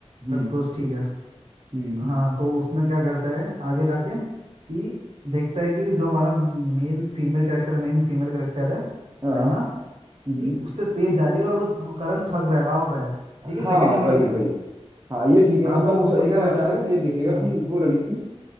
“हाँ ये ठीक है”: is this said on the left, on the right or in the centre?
Right